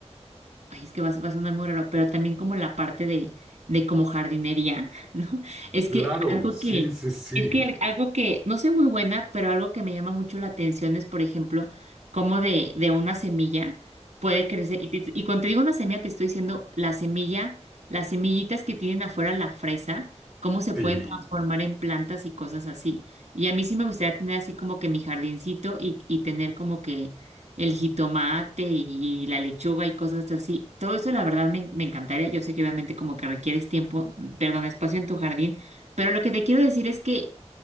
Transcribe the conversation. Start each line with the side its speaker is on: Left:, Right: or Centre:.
Right: Ay, es que va, a va a sonar muy raro, pero también como la parte de, de como jardinería, <laughs> ¿no? Es
Centre: Claro,
Right: que algo
Centre: sí,
Right: que,
Centre: sí, sí.
Right: es que al- algo que, no soy muy buena, pero algo que me llama mucho la atención es, por ejemplo, cómo de, de una semilla puede crecer. Y, te- y cuando te digo una semilla, te estoy diciendo la semilla, las semillitas que tienen afuera la fresa, cómo se
Centre: Sí,
Right: pueden transformar en plantas y cosas así. Y a mí sí me gustaría tener así como que mi jardincito y, y tener como que el jitomate y la lechuga y cosas así. Todo eso la verdad me, me encantaría. Yo sé que obviamente como que requieres tiempo, perdón, espacio en tu jardín, pero lo que te quiero decir es que